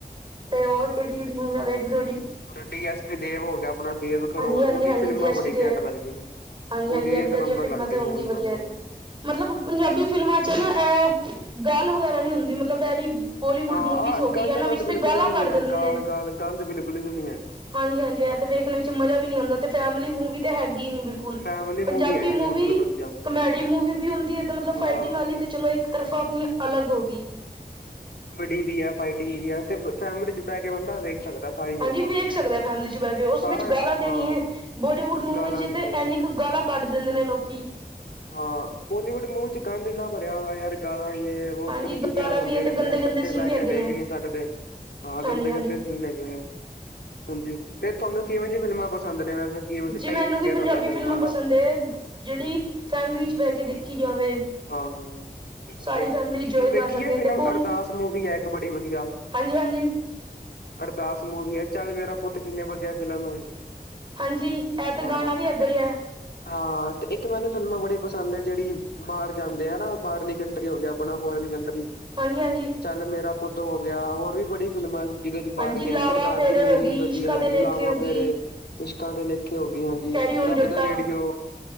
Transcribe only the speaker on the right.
ਤੇ ਹੋਰ ਕਿਹੜੀਆਂ ਕਿਹੜੀਆਂ ਮੂਵੀਆਂ ਵੇਖਦੇ ਓ ਜੀ?
ਹਾਂਜੀ ਹਾਂਜੀ
ਹਾਂਜੀ
ਜੀ ਐਸ
ਪੀ ਦੇ
ਹਾਂਜੀ ਹਾਂਜੀ
ਏਦਾਂ
ਦੀਆਂ
ਫਿਲਮਾਂ
ਤੇ ਹੁੰਦੀ
ਵਧੀਆ
ਹੈ
ਮਤਲਬ, ਪੰਜਾਬੀ ਫਿਲਮਾਂ ਚ ਨਾ ਐ ਗਾਲ ਵਗੈਰਾ ਨੀ ਹੁੰਦੀ, ਮਤਲਬ ਐ ਵੀ ਬੋਲੀਵੁੱਡ
ਮੂਵੀਜ਼
ਹੋ ਗੀ,
ਐਨਾਂ
ਵਿੱਚ ਤੇ
ਗਾਲਾਂ
ਕੱਢ
ਦਿੰਦੇ
ਨੇ।
ਹਾਂਜੀ, ਹਾਂਜੀ ਐ ਤੇ ਵੇਖਨੇ ਇੱਚ ਮਜਾ ਵੀ ਨੀ ਆਂਦਾ, ਤੇ ਫੈਮਿਲੀ ਮੂਵੀ ਤੇ ਹੈਗੀ ਈ ਨੀ, ਬਿਲਕੁਲ। ਪੰਜਾਬੀ
ਮੂਵੀ
ਕਮੇਡੀ ਮੂਵੀ ਵੀ ਹੁੰਦੀ ਏ, ਮਤਲਬ
ਫਾਈਟਿੰਗ ਵਾਲੀ ਤੇ ਚਲੋ ਇੱਕ ਇੱਕ ਤਰਫਾ ਅਪਨੀ ਅਲੱਗ ਹੋ ਗਈ
ਹਾਂਜੀ ਵੇਖ ਸਕਦਾ ਫੈਮਿਲੀ ਚ ਬਹਿ ਕੇ ਉਸ
ਵਿੱਚ ਗਾਲਾ ਤੇ
ਨੀ ਹੈ ਬੋਲੀਵੁੱਡ ਮੂਵੀ
ਚ
ਤੇ
ਐਨੀ ਕੁ ਗਾਲਾ ਕੱਢ ਦਿੰਦੇ ਨੇ ਲੋਕੀ।
ਹਾਂਜੀ
ਗਾਲਾਂ
ਵੀ ਹੈ ਤੇ
ਗੰਦੇ-ਗੰਦੇ
ਸੀਨ
ਵੀ
ਹੈਗੇ
ਨੇ
ਹਾਂਜੀ-ਹਾਂਜੀ।
ਜੀ
ਮੈਨੂੰ
ਵੀ
ਪੰਜਾਬੀ ਫਿਲਮਾਂ
ਪਸੰਦ ਏ ਜਿਹੜੀ ਫੈਮਲੀ ਚ ਬਹਿ ਕੇ ਦੇਖੀ ਜਾਵੇ।
ਸਾਰੀ
ਫੈਮਿਲੀ
ਇੰਜੋਏ
ਕਰ ਸਕੇ
ਤੇ ਬੋਲ
ਹਾਂਜੀ ਹਾਂਜੀ
ਹਾਂਜੀ ਇਹ ਤਾਂ
ਗਾਣਾ ਵੀ ਐਗਾ ਹੀ ਹੈ।
ਹਾਂਜੀ-ਹਾਂਜੀ
ਹਾਂਜੀ
ਲਾਵਾ
ਫੇਰੇ
ਹੋ ਗਈ
ਇਸ਼ਕਾ ਦੇ ਲੇਖੇ
ਹੋ
ਗਈ
ਕੈਰੀ ਓਨ
ਜੱਟਾ